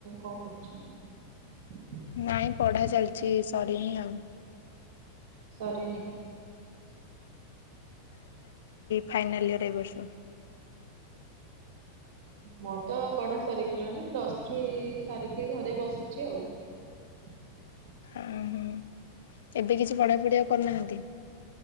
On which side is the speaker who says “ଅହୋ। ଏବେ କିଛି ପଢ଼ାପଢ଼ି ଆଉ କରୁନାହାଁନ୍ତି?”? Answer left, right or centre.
Left